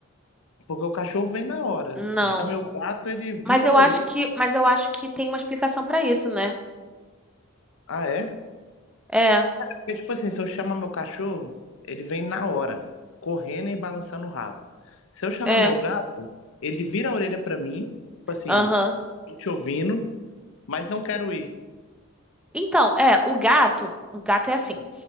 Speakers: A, on the left; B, in the centre.
A: Porque o cachorro vem na hora.
B: Não.
A: Já meu gato, ele vira
B: Mas eu
A: a orelha.
B: acho que, mas eu acho que tem uma explicação pra isso, né?
A: Ah, é?
B: É,
A: Porque, tipo assim, se eu chamar meu cachorro, ele vem na hora, correndo e balançando o rabo. Se eu chamar
B: é.
A: meu gato, ele vira a orelha pra mim, tipo assim,
B: Aham.
A: tô te ouvindo, mas não quero ir.
B: Então, é, o gato, o gato é assim.